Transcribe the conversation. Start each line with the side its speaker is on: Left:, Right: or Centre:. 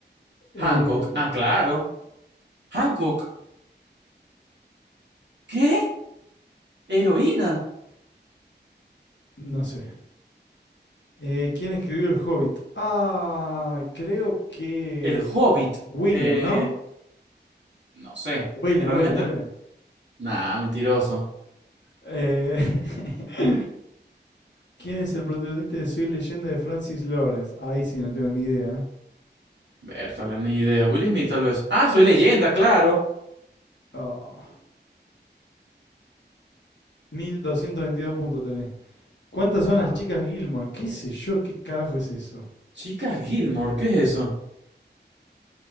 Left: Eh,
Right: Hancock. Ah, claro. Hancock. ¿Qué? Heroína.
Left: no sé. Eh, ¿quién escribió El Hobbit? Ah, creo que
Right: El Hobbit.
Left: William,
Right: Eh,
Left: ¿no?
Right: no sé.
Left: William,
Right: Realmente.
Left: William, William.
Right: Nah, mentiroso.
Left: Eh, <laughs> ¿quién es el protagonista de Soy Leyenda de Francis Lawrence? Ahí sí, no tengo ni idea.
Right: Bertale, ni idea. Will Smith, tal vez. Ah, soy leyenda, claro.
Left: Ah, 1222 puntos tenés. ¿Cuántas
Right: Ajá.
Left: son las chicas Gilmore? ¿Qué sé yo? ¿Qué carajo es eso?
Right: Chicas Gilmore, ¿qué es eso?